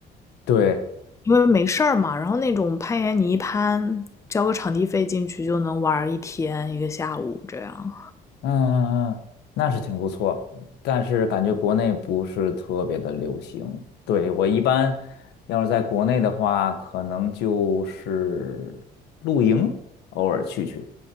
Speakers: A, on the left; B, on the left.
A: 对，
B: 因为没事儿嘛，然后那种攀岩你一攀，交个场地费进去就能玩一天一个下午这样。
A: 嗯嗯嗯，那是挺不错，但是感觉国内不是特别的流行。对，我一般要是在国内的话，可能就是露营，偶尔去去。